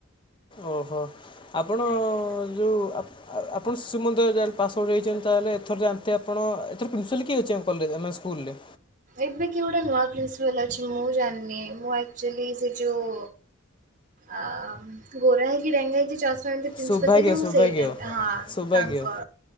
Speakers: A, on the left; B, on the right.
A: ଓହୋ ଆପଣ
B: ଆଜ୍ଞା।
A: ଯୋଉ ଆଉ ଆପଣ ଶିଶୁ ମନ୍ଦିର ଯାହା ହେଲେ ପାସ୍ ଆଉଟ୍ ହେଇଛନ୍ତି ତାହେଲେ ଏଥର ଯାନ୍ତେ ଆପଣ ଏଥର ପ୍ରିନ୍ସିପାଲ୍ କିଏ ଅଛି ଏମେ ସ୍କୁଲରେ
B: ଏବେ କି ଗୋଟେ ନୂଆ ପ୍ରିନ୍ସପାଲ୍ ଅଛି ମୁଁ ଜାଣିନି ମୁଁ ଆକ୍ଚୁଲି ସେ ଯୋଉ ଅ ଗୋରା ହେଇକି ଡେଙ୍ଗା ହେଇକି ଚସ୍ ପ୍ରିନ୍ପାଲ
A: ସୌଭାଗ୍ୟ
B: ଥିଲେ ମୁଁ
A: ସୌଭାଗ୍ୟ
B: ସେଇ ଟାଇ ହଁ
A: ସୌଭାଗ୍ୟ
B: ତାଙ୍କ